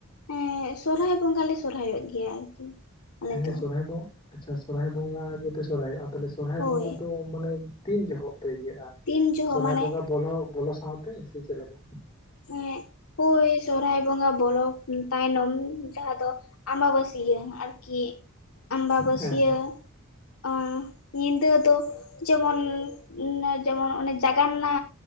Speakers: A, on the left (about 80°); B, on the left (about 20°).
A: ᱮᱸᱻ ᱥᱚᱨᱦᱟᱭ ᱵᱚᱸᱜᱟ ᱞᱮ ᱥᱚᱦᱨᱟᱭᱚᱜ ᱜᱮᱭᱟ ᱟᱨᱠᱤ᱾ ᱟᱞᱮ
B: ᱦᱮᱸ
A: ᱫᱚ
B: ᱥᱚᱦᱨᱟᱭ ᱵᱚᱸᱜ ᱟᱪᱪᱷᱟ ᱥᱚᱦᱨᱟᱭ ᱵᱚᱸᱜᱟ ᱜᱮᱯᱮ ᱥᱚᱦᱨᱟᱭᱚᱜᱼᱟ ᱛᱟᱦᱞᱮ ᱥᱚᱦᱨᱟᱭ
A: ᱦᱳᱭ
B: ᱵᱚᱸᱜᱟ ᱫᱚ, ᱢᱟᱱᱮ ᱛᱤᱱ ᱡᱚᱦᱚᱜ ᱯᱮ ᱤᱭᱟᱹᱜᱼᱟ
A: ᱛᱤᱱ ᱡᱚᱦᱚᱜ
B: ᱥᱚᱦᱨᱟᱭ
A: ᱢᱟᱱᱮ
B: ᱵᱚᱸᱜᱟ ᱵᱚᱞᱚ ᱵᱚᱞᱚ ᱥᱟᱶᱛᱮ ᱥᱮ ᱪᱮᱫ ᱞᱮᱠᱟ?
A: ᱮᱸᱜ ᱦᱳᱭ ᱥᱚᱦᱨᱟᱭ ᱵᱚᱸᱜᱟ ᱵᱚᱞᱚ ᱛᱟᱭᱱᱚᱢ ᱡᱟᱦᱟᱸ ᱫᱚ, ᱟᱢᱵᱟ ᱵᱟᱹᱥᱭᱟᱹ ᱟᱨᱠᱤ ᱟᱢᱵᱟ ᱵᱟᱹᱥᱭᱟᱹ᱾
B: ᱦᱮᱸ
A: ᱟᱸᱦ ᱧᱤᱫᱟᱹ ᱫᱚ, ᱡᱮᱢᱚᱱ ᱚᱱᱮ ᱡᱮᱢᱚᱱ ᱚᱱᱮ ᱡᱟᱜᱟᱱᱱᱟ